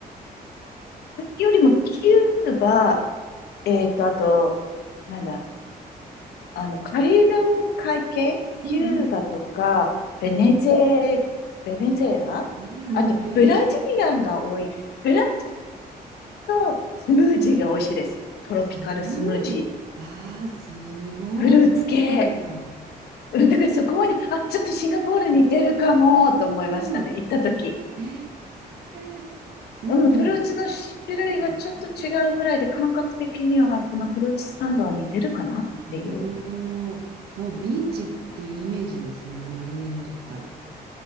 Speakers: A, on the left; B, on the right.
A: よりもキューバ、えっと、あと、なんだ、あの、カリブ海系、キューバとか、
B: うんうん。
A: ベネズエ、ベネズエラあと、
B: えー、南米の。
A: ブラジリアンが多い。ブランとスムージーが美味しいです。トロピカルスムージー。
B: スムージー。ああ、すごい。
A: フルーツ系。
B: そんなのあるんだ。あ
A: うんだからそこに、あ、ちょっとシンガポール似てるかも、と思いましたね。
B: あ、
A: 行った時。
B: ええー。
A: うん、
B: なんかも
A: フルーツの種類がちょっと違うぐらいで、
B: う、か、
A: 感覚的にはこのフルーツスタンドは似てるかなっていう。
B: おお、もうビーチっていうイメージですもんね。マイアミと言ったら。